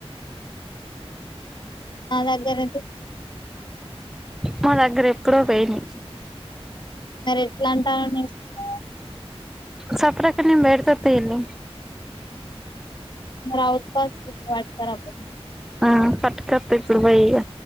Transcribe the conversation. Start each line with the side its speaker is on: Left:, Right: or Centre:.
Left: నా దగ్గరే
Centre: మా దగ్గర ఎప్పుడో పోయినా
Left: మరి ఎట్లా అంటారో నేస్తున్నాని
Centre: సఫరాక నిం బేర్తతి ఇలి
Left: రావుత్పాస్ వాకపోడు
Centre: ఆ పట్ కప్పకులు వైగా